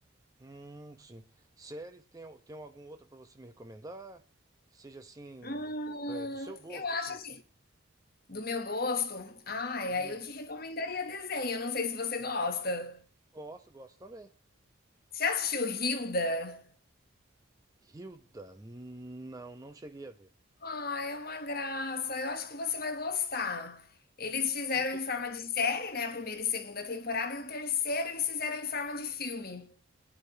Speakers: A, on the right; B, on the left.
A: hum, sim. Séries, tem, al- tem algum outro pra você me recomendar? Que seja assim,
B: Hum,
A: é, do seu gosto
B: eu acho
A: assim.
B: assim. Do meu gosto? Ai,
A: Isso.
B: aí eu te recomendaria desenho. Eu não sei se você gosta.
A: Gosto, gosto também.
B: Você já assistiu Hilda?
A: Hilda? Não, não cheguei a ver.
B: Ah, é uma graça. Eu acho que você vai gostar. Eles fizeram
A: No que...
B: em forma de série, né? A primeira e segunda temporada, e o terceiro eles fizeram em forma de filme.